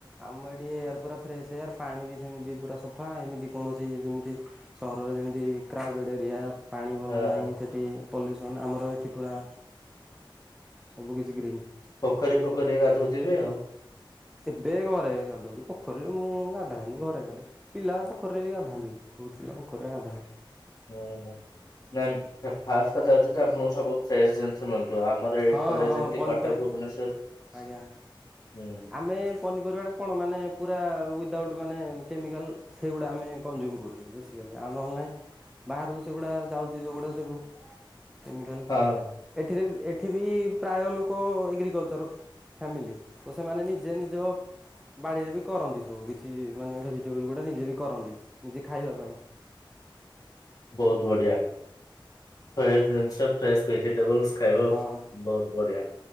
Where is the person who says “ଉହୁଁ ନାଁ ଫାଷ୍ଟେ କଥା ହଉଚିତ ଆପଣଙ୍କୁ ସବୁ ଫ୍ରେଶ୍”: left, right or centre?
Left